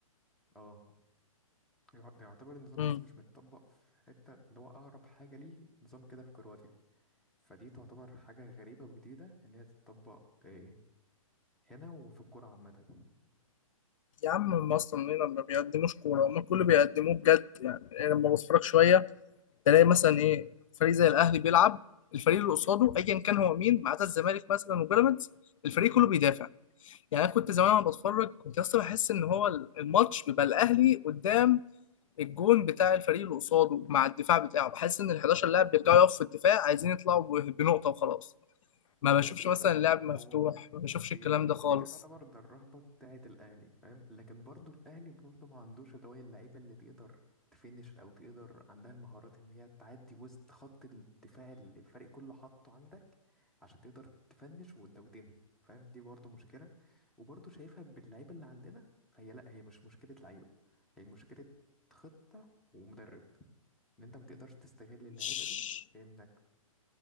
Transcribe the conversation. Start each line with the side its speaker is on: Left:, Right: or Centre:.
Centre: اه يع- ده يعتبر النظام
Left: مم.
Centre: ده أصلا مش متطبق في حتة اللي هو أقرب حاجة ليه نظام كده في كرواتيا فدي تعتبر حاجة غريبة وجديدة إن هي تتطبق إيه، هنا وفي الكورة عامة
Left: يا عم هم أصلا هنا ما بيقدموش كورة هم كله بيقدموه بجد يعني أنا لما بتفرج شوية تلاقي مثلا ايه فريق زي الاهلي بيلعب الفريق اللي قصاده ايا كان هو مين ما عدا الزمالك مثلا وبيراميدز الفريق كله بيدافع يعني انا كنت زمان وانا بتفرج كنت اصلا بحس ان هو الماتش بيبقى الاهلي قدام الجون بتاع الفريق اللي قصاده مع الدفاع بتاعه بحس ان ال 11 لاعب بيرجعوا يقفوا في الدفاع عايزين يطلعوا ب- بنقطه وخلاص ما
Centre: بس
Left: بشوفش
Centre: أنت
Left: مثلا لعب
Centre: هو
Left: مفتوح ما بشوفش
Centre: هي
Left: الكلام
Centre: هي دي
Left: ده خالص
Centre: هي دي تعتبر ده الرهبة بتاعة الأهلي فاهم لكن برضو الأهلي برضو ما عندوش اللي هو اللعيبة اللي تقدر تفنش أو تقدر عندها المهارات إن هي تعدي وسط خط الدفاع اللي الفريق كله حاطه عندك عشان تقدر تفنش وت- وتنهي فاهم دي برضو مشكلة وبرضو شايفها باللعيبة اللي عندنا فهي لأ هي مش مشكلة لعيبة هي مشكلة خطة ومدرب ان انت ما تقدرش تستغل اللعيبه
Left: مش
Centre: دي في انك